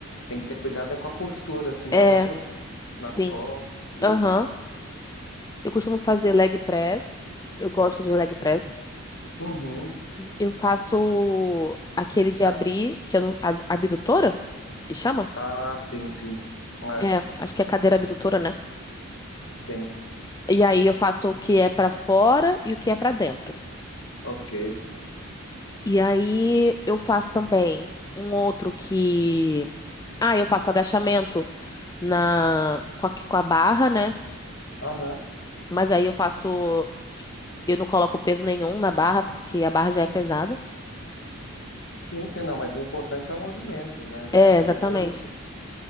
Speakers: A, on the left; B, on the left.
A: Tem que ter cuidado é com a postura, senão
B: É,
A: dá problema nas
B: sim.
A: costas. e-
B: Aham. Eu costumo fazer leg press. Eu gosto de leg press.
A: Uhum.
B: Eu faço aquele de abrir,
A: Ah,
B: que eu não, a- abdutora, que chama?
A: ah, sim, sim. É,
B: É, acho que é cadeira abdutora, né?
A: sim.
B: E aí eu faço o que é pra fora e o que é pra dentro.
A: Ok.
B: E aí eu faço também um outro que, ah, eu faço agachamento na com a, com a barra, né?
A: Aham.
B: Mas aí eu faço, eu não coloco peso nenhum na barra porque a barra já é pesada.
A: Sim, sim, não, mas o importante é o movimento, né?
B: É, exatamente.
A: Peso.